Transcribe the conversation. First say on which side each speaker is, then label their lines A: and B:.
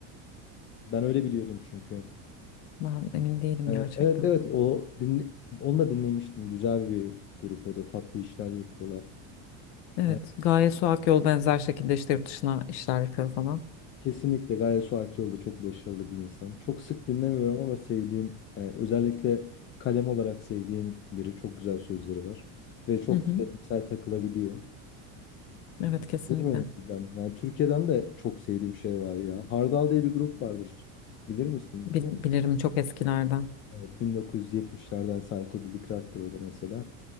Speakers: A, on the left (about 30°); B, on the left (about 70°).
A: Ben öyle biliyordum çünkü.
B: Ben emin değilim
A: Ee,
B: gerçekten.
A: evet evet. O dinle- onu da dinlemiştim. Güzel bir grup o da tatlı işler yapıyorlar.
B: Evet
A: Ee,
B: Gaye Su Akyol benzer şekilde işte yurt dışına işler yapıyor falan.
A: Kesinlikle Gaye Suakioğlu da çok başarılı bir insan. Çok sık dinlemiyorum ama sevdiğim, e, özellikle kalem olarak sevdiğim biri. Çok güzel sözleri var. Ve çok
B: Hı hı.
A: deneysel takılabiliyor.
B: Evet kesinlikle.
A: Bilmiyorum o yüzden. Yani Türkiye'den de çok sevdiğim şey var ya. Hardal diye bir grup vardır. Bilir misin?
B: Bil- bilirim çok eskilerden.
A: Evet, 1970'lerden psychedelic rock'tır o da mesela.